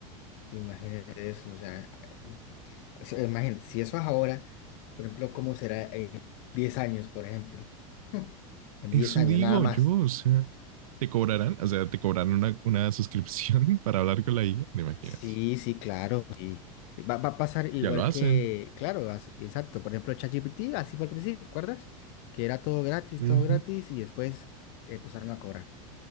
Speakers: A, on the left; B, on the right.
A: imagínate eso. O sea, o sea, imagínate, si eso es ahora, por ejemplo, ¿cómo será en 10 años, por ejemplo? <laughs> En
B: Eso
A: 10 años,
B: digo
A: nada más.
B: yo, o sea, te cobrarán, o sea, te cobrarán una, una suscripción <laughs> para hablar con la IA, ¿te imaginas?
A: Sí, sí, claro, sí. Va, va a pasar igual
B: Ya lo hacen.
A: que, claro, as- exacto. Por ejemplo, ChatGPT, así fue al principio, ¿te acuerdas? Que era todo gratis,
B: Ujú.
A: todo gratis, y después empezaron a cobrar